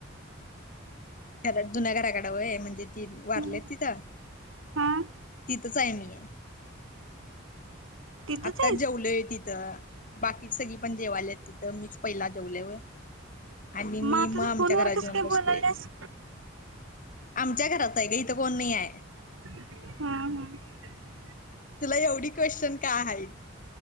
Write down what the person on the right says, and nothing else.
हम्म.
हा
तिथंच
आहेस
मग
आता
तू फोनवर
कस
काय
बोलायलास
हा, हा.